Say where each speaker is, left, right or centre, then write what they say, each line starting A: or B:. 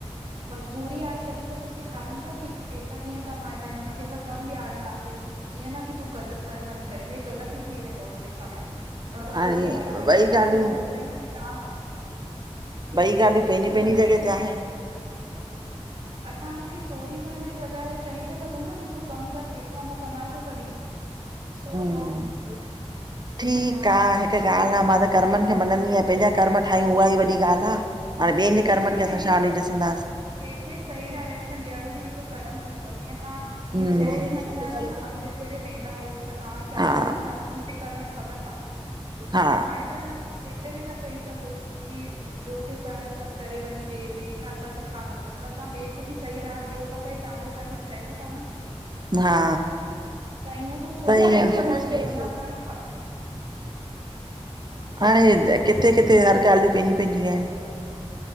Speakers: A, on the right (about 60°); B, on the right (about 40°).
A: मजबूरी आहे तॾी त असां सेखारूं था, कि पैसा कीअं कमाइबा आहिनि, हुनखे असां कमु ॾियारंदासे। ईअं न कि तूं ग़लत कर वनि करे, हे ग़लत थी वेंदो हमेशा लाइ भॻवान
B: हाणे
A: बि हिन करे
B: ॿई
A: ई असांखे
B: ॻाल्हियूं
A: मोकिलियो अथईं की तां
B: ॿई ॻाल्हियूं पहिंजी पहिंजी
A: ग़लति
B: जॻह
A: ई आ
B: ते आहिनि।
A: असां हुनखे चोरी करण जे बजाए चईता सघऊं न कि तूं कमु कर, पैसा न कमाए थो सघीं।
B: हम्म। ठीकु आ, हिक ॻाल्हि आ मां त कर्मनि खे मञंदी आहियां पंहिंजा कर्म ठाहियूं उहा ई वॾी ॻाल्हि आ।
A: कंहिंखे
B: कर्मनि
A: सही
B: खे असां छानी ॾिसंदासीं।
A: कंहिंखे सही डायरेक्शन ॾियण बि हिकु कर्म थींदो आ, जीअं तां
B: हम्म,
A: ईअं चैन ठाहींदा आहियो न अमृत केडे वेंदा आहियो, त तां चवंदव
B: हा
A: न, असांजा बि कर्म ठवंदा।
B: हा
A: त हाणे त तां, हिते बि था चई सघो, कि जोकिब् करण तसि करे वञी वेहु ॿिए खां असांखे छा मतिलबु, पर तां ॿिए खे बि सही राह ॾियो था त तांजा कर्म ठहेव ता न।
B: हा।
A: त ईअं कोई चोरी
B: सही
A: करे
B: आहे
A: तो त हुनखे मना करणु खपे।
B: हाणे किथे किथे हर ॻाल्हियूं पंहिंजूं पंहिंजियूं आहिनि।